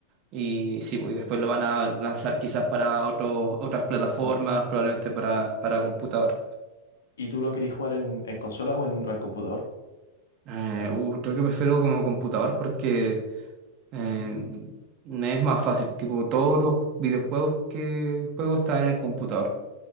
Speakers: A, on the right (about 40°); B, on the left (about 70°).
A: y sí, pues, y después lo van a lanzar quizás para otro- otras plataformas,
B: Pa-
A: probablemente para, para computador.
B: ¿Y tú lo querés jugar en, en consolas o en, o en computador?
A: Eh, uh, creo que prefiero como computador porque eh, me es más fácil. Tipo, todos los videojuegos que juego están en el computador.